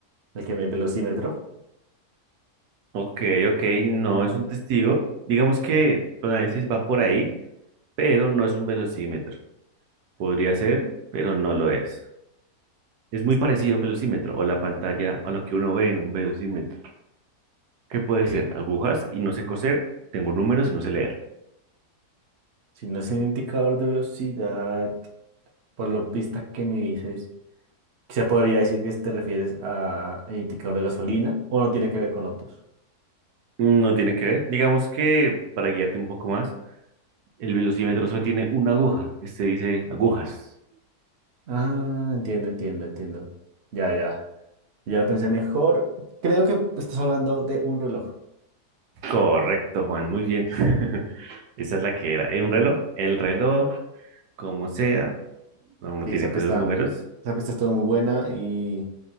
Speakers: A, on the right; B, on the right.
A: el que me velocímetro.
B: Ok, ok, no es un testigo. Digamos que tu análisis va por ahí, pero no es un velocímetro. Podría ser, pero no lo es. Es
A: Está,
B: muy parecido a un velocímetro o la pantalla o lo que uno ve en un velocímetro. ¿Qué puede
A: ok.
B: ser? Agujas y no sé coser, tengo números y no sé leer.
A: Si no es el indicador de velocidad, por lo pista que me dices, quizá podría decir que te refieres a el indicador de gasolina o no tiene que ver con autos.
B: No tiene que ver. Digamos que, para guiarte un poco más, el velocímetro solo tiene una aguja. Este dice agujas.
A: Ah, entiendo, entiendo, entiendo. Ya, ya. Ya lo pensé mejor. Creo que estás hablando de un reloj.
B: Correcto, Juan, muy bien. <laughs> Esa es la que era. ¿Eh, ¿Un reloj? El reloj, como sea, no
A: Sí,
B: tiene
A: esa
B: pues
A: pista,
B: los números.
A: esa pista estuvo muy buena y